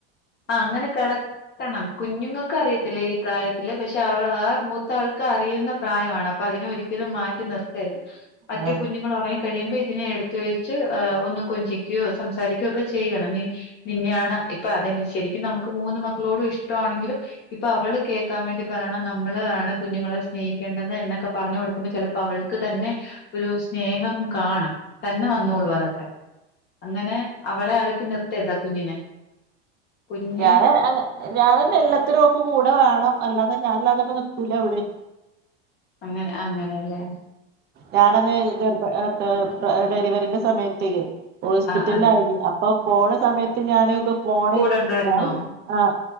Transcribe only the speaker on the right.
ആ
ആ
ഞാൻ അങ് ഞാനെന്നെ എല്ലത്തിനും ഓക്ക് കൂടെ വേണം അല്ലാതെ ഞാനില്ലാതെ പ്പം നിക്കൂല എവിടിം.
ഞാനന്ന് ഗർഭ എഹ്ഏഹ് ഡെലിവറിന്റെ സമയത്തേ ഹോസ്പിറ്റൽല്
ആയീനി. അ പ്പം പോണ സമയത്ത് ഞാന് ഓക്ക് ഫോണ്
ഞാന് ആഹ്